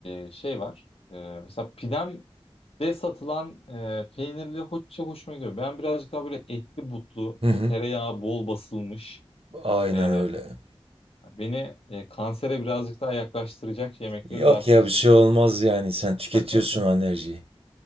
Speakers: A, on the left; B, on the right.
A: e, şey var. E, mesela pidemde satılan e, peynirli hoşça hoşuma gidiyor. Ben birazcık daha böyle etli butlu,
B: Hı hı.
A: o tereyağı bol basılmış.
B: Aynen
A: e,
B: öyle.
A: beni e, kansere birazcık daha yaklaştıracak yemekleri
B: Yok
A: daha çok
B: ya bir
A: seviyorum.
B: şey olmaz yani sen tüketiyorsun
A: <laughs>
B: o enerjiyi.